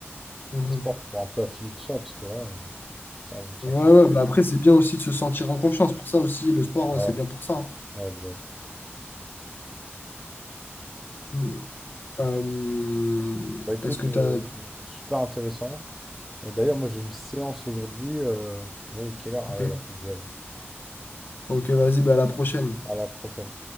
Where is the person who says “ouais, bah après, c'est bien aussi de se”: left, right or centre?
Left